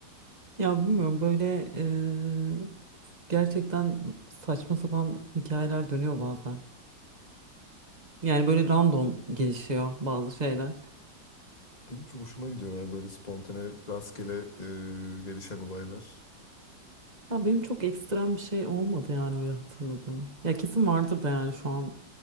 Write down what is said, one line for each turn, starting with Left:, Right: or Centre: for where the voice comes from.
Right: Ya bilmiyorum böyle eee, gerçekten saçma sapan hikayeler dönüyor bazen. Yani böyle random gelişiyor bazı şeyler.
Left: Benim çok hoşuma gidiyor ya böyle spontane rastgele e, gelişen olaylar.
Right: Ya benim çok ekstrem bir şey olmadı yani öyle hatırladım. Ya kesin vardır da yani şu an